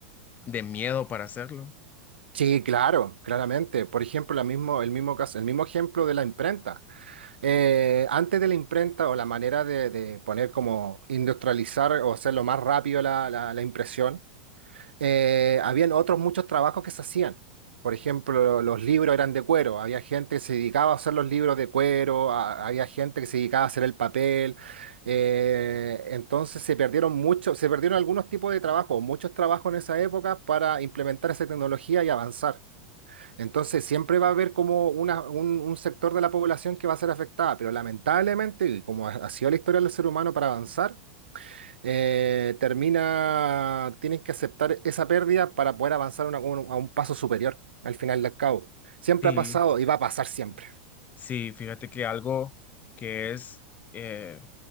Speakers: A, on the left (about 30°); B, on the right (about 85°).
A: de miedo para hacerlo.
B: Sí, claro, claramente. Por ejemplo, la mismo, el mismo caso, el mismo ejemplo de la imprenta. Eh, antes de la imprenta o la manera de, de poner como industrializar o hacerlo más rápido la, la- la impresión, eh, habían otros muchos trabajos que se hacían. Por ejemplo, los libros eran de cuero. Había gente que se dedicaba a hacer los libros de cuero, a- había gente que se dedicaba a hacer el papel. Eh, entonces se perdieron muchos, se perdieron algunos tipos de trabajo, muchos trabajos en esa época para implementar esa tecnología y avanzar. Entonces siempre va a haber como una- un, un sector de la población que va a ser afectada, pero lamentablemente, y como ha ha sido la historia del ser humano para avanzar, eh, termina, tienen que aceptar esa pérdida para poder avanzar una- un- a un paso superior al final del cabo. Siempre
A: Sí,
B: ha pasado y va a pasar siempre.
A: Sí, fíjate que algo que es, eh,